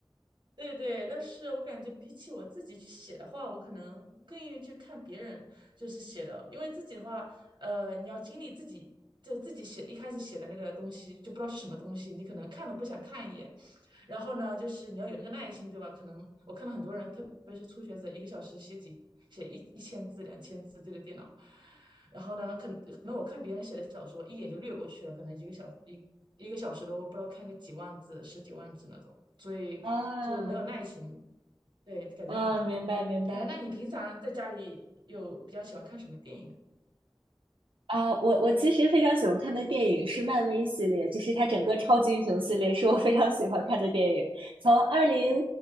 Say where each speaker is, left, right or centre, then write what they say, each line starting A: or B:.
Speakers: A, on the right (about 60°); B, on the right (about 80°).
A: 对对，但是我感觉比起我自己去写的话，我可能更愿意去看别人就是写的，因为自己的话，呃，你要经历自己就自己写一开始写的那个东西，就不知道是什么东西，你可能看了不想看一眼，然后呢，就是你要有那个耐心，对吧？可能我看到很多人，特别是初学者，一个小时写几写一一千字、两千字对着电脑。然后呢，可能可能我看别人写的小说，一眼就略过去了，可能一个小一一个小时都不知道看个几万字、十几万字那种，所以就没有耐心，
B: 啊，
A: 对，感觉很难。
B: 啊，明白明白
A: 哎，那你平常在家里有比较喜欢看什么电影
B: 啊，我我其实非常喜欢看的电影是漫威系列，就是它整个超级英雄系列是我非常喜欢看的电影。从二零，